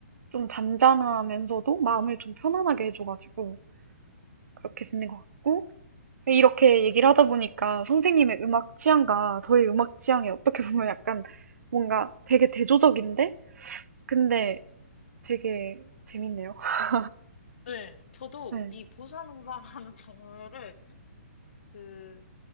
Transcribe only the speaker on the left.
네. 저도
이 보사노바라는 <laughs> 장르를 그